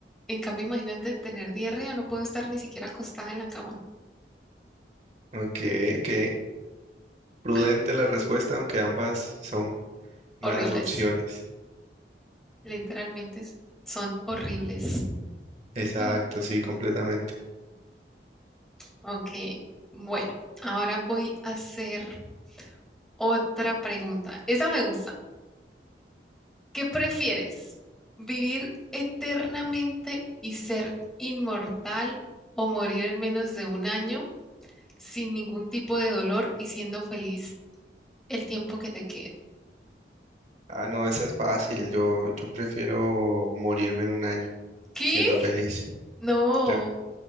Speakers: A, in the centre; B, on the right (about 40°).
A: En cambio, imagínate tener diarrea, no puedo estar ni siquiera acostada en la cama.
B: Ok, ok. Prudente
A: <laughs>
B: la respuesta, aunque ambas son malas
A: Horribles,
B: opciones.
A: literalmente s- son horribles.
B: Exacto,
A: Mm,
B: sí, completamente.
A: Ok, bueno, ahora voy a hacer otra pregunta. Esa me gusta. ¿Qué prefieres? ¿Vivir eternamente y ser inmortal o morir en menos de un año sin ningún tipo de dolor y siendo feliz el tiempo que te queda?
B: Ah, no, esa es fácil. Yo, yo prefiero morirme en un año
A: ¿Qué?
B: siendo feliz.
A: No,
B: Yo,